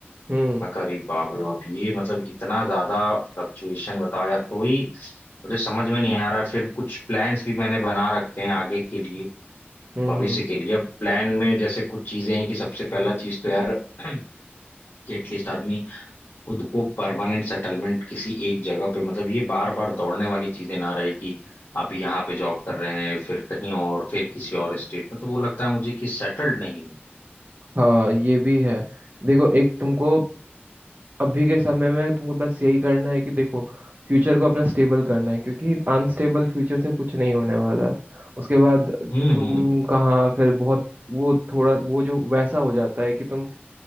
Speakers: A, on the right; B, on the left.
A: हम्म
B: मैं कह रही बाप रे बाप ये मतलब इतना ज्यादा फ्लक्चुएशन बताओ यार तो ही मुझे समझ में नहीं आ रहा है। फिर कुछ प्लान्स भी मैंने बना रखे हैं आगे के लिए
A: हम्म
B: भविष्य
A: हम्म
B: के लिए अब प्लान में जैसे कुछ चीजें हैं कि सबसे पहला चीज तो यार <clears throat> कि एटलीस्ट आदमी खुद को परमानेंट सेटलमेंट किसी एक जगह पे मतलब ये बार बार दौड़ने वाली चीजें ना रहे कि आप यहाँ पे जॉब कर रहे हैं फिर कहीं और फिर किसी और स्टेट में तो वो लगता है मुझे कि सेटल्ड नहीं है
A: हाँ ये भी है देखो एक तुमको अभी के समय में तुमको बस यही करना है कि देखो फ्यूचर को अपना स्टेबल करना है क्योंकि अनस्टेबल फ्यूचर से कुछ नहीं होने वाला है उसके बाद तुम
B: हम्म हम्म
A: कहाँ फिर बहुत वो थोड़ा वो जो वैसा हो जाता है कि तुम